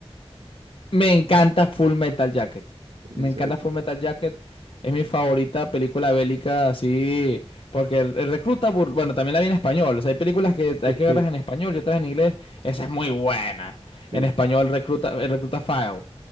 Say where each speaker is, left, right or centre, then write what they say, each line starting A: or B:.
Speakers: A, on the left (about 55°); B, on the right (about 80°).
A: Me encanta Full Metal Jacket.
B: él
A: Me
B: hizo
A: encanta
B: eso.
A: Full Metal Jacket. Es mi favorita película bélica, así, porque el, el recluta, bur- bueno, también la vi en español. O sea, hay películas que
B: <laughs>
A: hay que verlas
B: Sí,
A: en español y otras en inglés. Esa es muy buena.
B: sí.
A: En español, recluta, el recluta File.